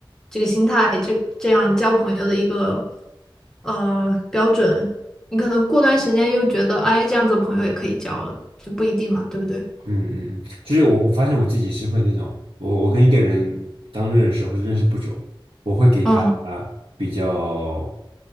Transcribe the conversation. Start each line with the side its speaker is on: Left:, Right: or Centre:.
Centre: 这个心态，这这样交朋友的一个呃标准。你可能过段时间又觉得，哎，这样子朋友也可以交了，就不一定嘛，对不对？
Right: 嗯嗯嗯，就是我我发现我自己是会那种，我我跟一个人刚认识或者认识不久，我会给他啊比较
Centre: 嗯